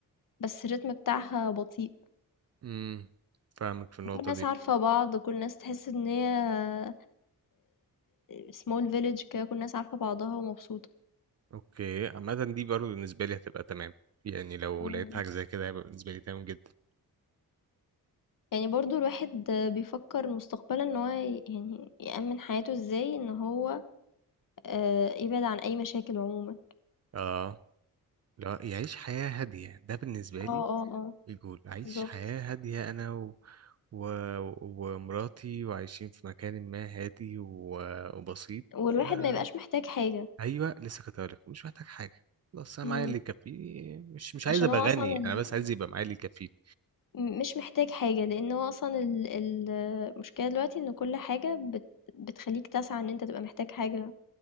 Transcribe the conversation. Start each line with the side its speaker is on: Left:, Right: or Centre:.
Left: بس الريتم بتاعها بطيء
Right: امم فاهمك في النقطة
Left: وكل الناس
Right: دي
Left: عارفة بعض كل الناس تحس ان هي سمول فيليج كده كل الناس عارفة بعضها ومبسوطة
Right: اوكي عامة دي برضه بالنسبة لي هتبقى تمام يعني لو
Left: مم.
Right: لقيت حاجة زي كده هيبقى بالنسبة لي تمام جدا
Left: يعني برضو الواحد بيفكر مستقبلا ان هو ي- يعني يأمن حياته ازاي ان هو آه، يبعد عن اي مشاكل عموما
Right: اه لا يعيش حياة هادية ده بالنسبة لي
Left: اه اه اه
Right: الجول أعيش
Left: بالظبط
Right: حياة هادية أنا و... و... ومراتي وعايشين في مكان ما هادي و... وبسيط
Left: والواحد
Right: آه.
Left: ما يبقاش محتاج حاجة
Right: أيوة لسه كنت هقولك مش محتاج حاجة خلاص أنا
Left: مم.
Right: معايا اللي يكفيني مش مش
Left: عشان
Right: عايز أبقى
Left: هو
Right: غني
Left: اصلا ال...
Right: أنا بس عايز يبقى معايا اللي يكفيني
Left: م مش محتاج حاجة، لإن هو أصلًا ال ال المشكلة دلوقتي إن كل حاجة بت بتخلّيك تسعى إن أنت تبقى محتاج حاجة،